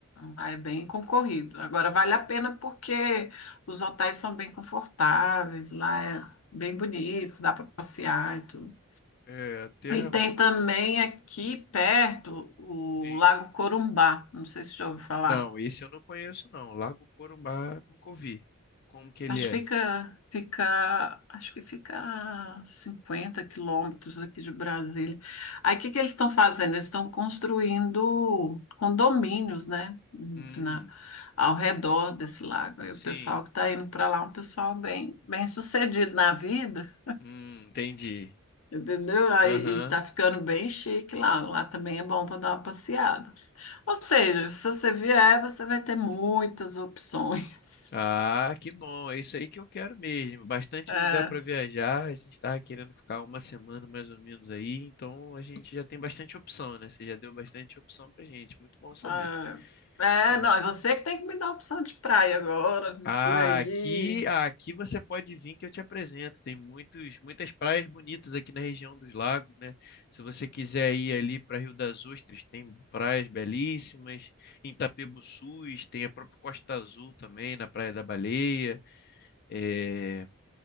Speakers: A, on the left; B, on the left.
A: lá é bem concorrido. Agora vale a pena porque os hotéis são bem confortáveis, lá é bem bonito, dá para passear e tudo.
B: É, terra
A: E
B: boa.
A: tem também aqui perto o
B: Sim.
A: Lago Corumbá, não sei se já ouviu falar.
B: Não, esse eu não conheço, não. Lago Corumbá, nunca ouvi. Como que ele
A: Acho
B: é?
A: que fica, fica, acho que fica a 50 quilômetros aqui de Brasília. Aí o que que eles estão fazendo? Eles estão construindo condomínios, né,
B: Hum,
A: na, ao redor desse lago. Aí
B: sim.
A: o pessoal que está indo para lá é um pessoal bem, bem sucedido na vida,
B: Hum, entendi.
A: entendeu? Aí
B: Aham.
A: e tá ficando bem chique lá. Lá também é bom para dar uma passeada. Ou seja, se você vier, você vai ter muitas opções.
B: Ah, que bom. É isso aí que eu quero mesmo. Bastante
A: <laughs>
B: lugar para viajar. A gente estava querendo ficar uma semana mais ou menos aí, então a gente já tem bastante opção, né? Você já deu bastante opção pra gente. Muito bom saber.
A: Ah, É,
B: É.
A: não, é você que tem que me dar a opção de praia agora,
B: Ah,
A: por aí.
B: aqui, ah, aqui você pode vir que eu te apresento. Tem muitos, muitas praias bonitas aqui na região dos lagos, né? Se você quiser ir ali para Rio das Ostras, tem praias belíssimas. Em Itapebuçus tem a própria Costa Azul também, na Praia da Baleia. É,